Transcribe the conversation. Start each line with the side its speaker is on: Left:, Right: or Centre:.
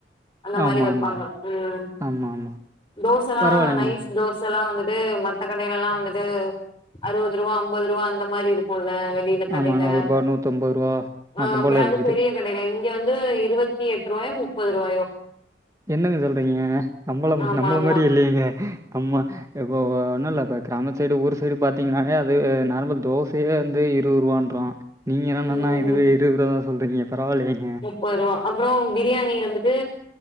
Left: அந்த மாரி
Right: ஆமா
Left: வப்பாங்க
Right: ஆமா
Left: உம்
Right: ஆமா ஆமா
Left: தோசைல்லா
Right: பரவாயில்லைங்க
Left: நைஸ் தோசைல்லாம் வந்துட் மத்த கடையிலல்லா வந்துட்டு அறுபது ரூபா ஐம்பது ரூபா அந்த மாதிரி இருக்கும் வெளிய ருக்காதிங்க
Right: ஆமா நூறுபா நூத்தம்பதுருவா நொக்கம்
Left: அ
Right: போல இருக்குது
Left: அது <unintelligible> பெரியவு கடையில இங்க வந்து இருபத்தி எட்டு ரூபாயோ முப்பது ரூபாயோ
Right: என்னங்க சொல்றீங்க நம்மள
Left: ஆமா
Right: நம்மள
Left: ஆமா
Right: மாதிரி இல்லையேங்க நம்ம இப்போ ஒன்னும் இல்ல இப்ப கிராம சைடு ஊர் சைடு பாத்தீங்கன்னானே அது நார்மல் தோசையே வந்து இருபது ரூபான்றான் நீங்க என்னன்னா
Left: ம்
Right: இதுவே இருபது ரூபாதா சொல்றீங்க பரவாயில்ல இங்க
Left: முப்பது ரூபா அப்றோம் பிரியாணி வந்துட்டு